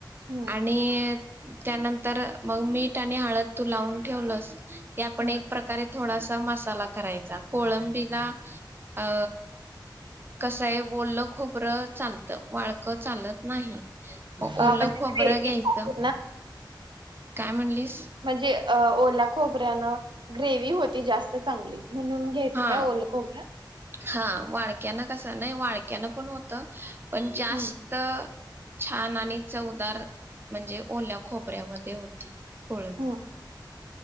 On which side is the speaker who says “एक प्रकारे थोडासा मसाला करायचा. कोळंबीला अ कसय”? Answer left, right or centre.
Right